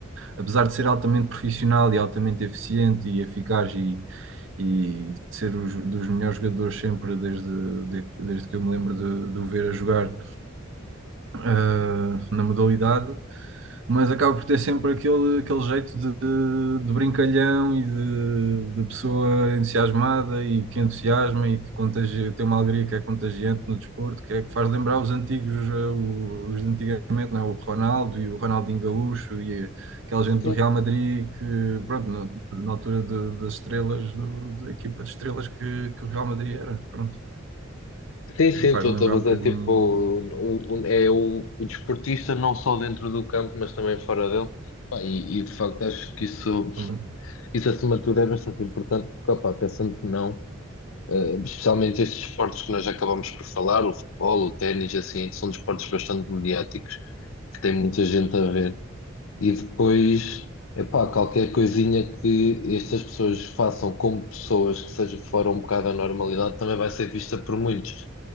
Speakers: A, on the right; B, on the left.
A: apesar de ser altamente profissional e altamente eficiente e eficaz e, e ser os, dos melhores jogadores sempre desde, de- desde que eu me lembro de, de o ver a jogar eh, na modalidade, mas acaba por ter sempre aquele, aquele jeito de, de, de brincalhão e de, de pessoa entusiasmada e que entusiasma e que contagia, tem uma alegria que é contagiante no desporto, que é que faz lembrar os antigos, eh, o- os de antigamente, não é? O Ronaldo e o Ronaldinho Gaúcho e aquela gente
B: Sim,
A: do Real Madrid que, pronto, no- na altura de- das estrelas, do- da equipa de estrelas que, que o Real Madrid era, pronto,
B: sim, sim,
A: e faz-me
B: estou-te
A: lembrar
B: a fazer
A: um bocadinho
B: tipo. O, o- é o, o desportista, não só dentro do campo, mas também fora dele. Pá, e, e, de facto acho que isso,
A: também.
B: isso acima de tudo é bastante importante, porque opá, pensando que não, uh, especialmente estes esportes que nós acabamos por falar, o futebol, o ténis, assim, que são desportos bastante mediáticos, que tem muita gente a ver. E depois, epá, qualquer coisinha que estas pessoas façam como pessoas que seja fora um bocado da normalidade também vai ser vista por muitos.